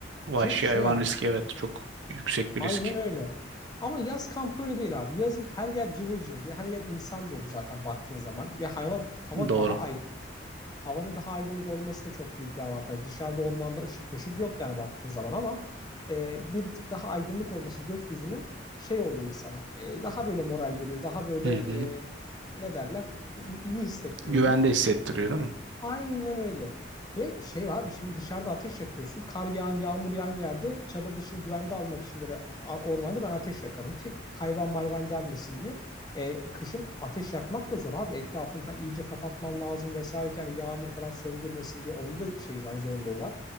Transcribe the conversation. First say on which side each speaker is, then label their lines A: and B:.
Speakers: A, on the right (about 75°); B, on the left (about 20°).
A: Vahşi
B: Ki şey
A: hayvan
B: abi
A: riski evet çok yüksek bir
B: aynen
A: risk.
B: öyle. Ama yaz kampı öyle değil abi. Yazın her yer cıvıl cıvıl diye her yer insan dolu zaten baktığın zaman. Ve hayvan, hava
A: Doğru.
B: daha aydın. havanın daha aydınlık olması da çok büyük bir avantaj. Dışarıda ormanda ışık mışık yok yani baktığın zaman ama e, bir tık daha aydınlık olması gökyüzünün şey oluyor insana. E, daha böyle moral veriyor. Daha böyle
A: Hı hı.
B: e, ne derler? İyi hissettiriyor
A: Güvende
B: diyeyim.
A: hissettiriyor değil mi?
B: Aynen öyle. Ve şey abi şimdi dışarıda ateş yakıyorsun. Kar yağan, yağmur yağan yerde çadır dışını güvende almak için böyle a- ormanda ben ateş yakarım ki hayvan mayvan gelmesin diye. E, kışın ateş yakmak da zor abi. Etrafını falan iyice kapatman lazım vesaire. ki Yani yağmur falan söndürmesin diye onun da şeyi var, zorluğu var.